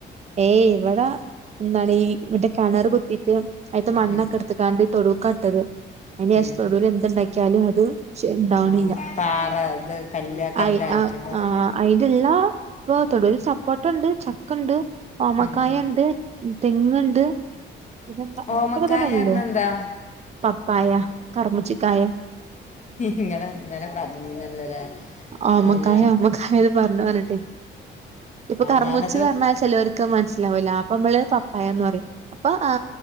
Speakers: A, on the right; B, on the left.
A: ഏയ് ഇവിടാ എന്താണ് ഈ മറ്റെ കിണർ കുത്തീട്ട് ആയിട്ട് മണ്ണൊക്കെ
B: ഉം
A: എടുത്ത് കാണ്ട് തൊടുക്കാട്ടത് എന്റെയാശ്
B: ഉം
A: തൊടുവില് എന്തുണ്ടാക്കിയാലും അത് ശ് ഉണ്ടാവണില്ല
B: ആ പാറ ഇത് കല്ല കല്ലായിട്ടുണ്ടാവും
A: അയ് ആ അയിലുള്ള ത്തോടൂ ഒരു സപ്പോട്ട ഉണ്ട് ചക്കണ്ട് ഓമക്കായ
B: ഉം, ഉം.
A: ഉണ്ട് തെങ്ങുണ്ട് ഇതൊക്കെ
B: ഓമക്കായ
A: തന്നേയുള്ളൂ
B: പറഞ്ഞ എന്താ
A: പപ്പായ കറമച്ചിക്കായ
B: നിങ്ങള് ഇന്നലെപറഞ്ഞില്ലാരുന്നൊരു
A: ഓമക്കായ
B: ഞാ
A: <unintelligible> ഇപ്പൊ കർമ്മുച്ച്‌ന്നു
B: ഞാനത്
A: പറഞ്ഞാൽ ചിലവർക്ക് മനസ്സിലാവൂല അപ്പൊ നമ്മള് പപ്പായന്ന് പറയും അപ്പൊ ആ